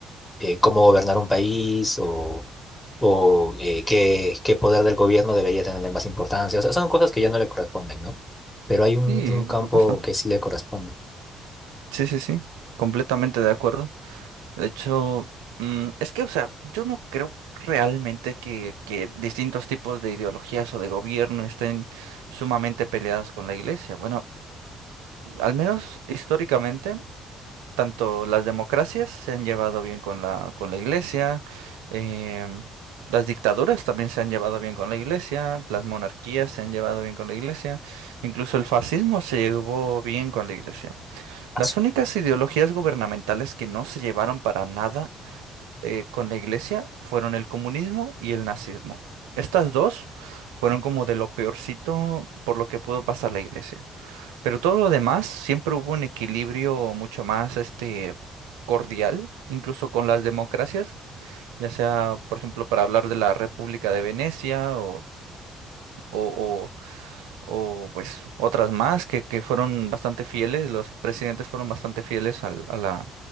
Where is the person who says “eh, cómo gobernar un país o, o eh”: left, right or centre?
Left